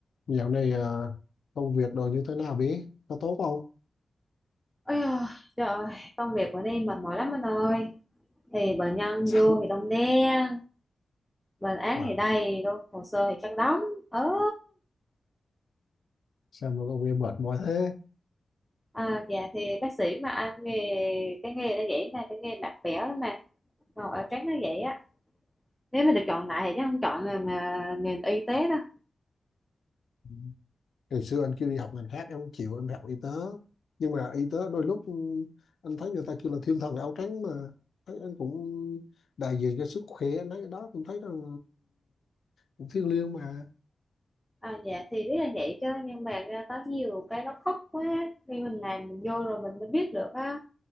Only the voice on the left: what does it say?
Dạo này à, công việc đồ như thế nào bí? Có tốt không?
<laughs> Sao,
wow,
sao mà công việc mệt mỏi thế?
Ừ. Ngày xưa anh kêu đi học ngành khác em không chịu, em học y tế. Nhưng mà y tế đôi lúc ừ, anh thấy người ta kêu là thiên thần áo trắng mà. Thấy anh cũng đại diện cho sức khỏe, anh thấy cái đó cũng thấy rằng ừ, cũng thiêng liêng mà.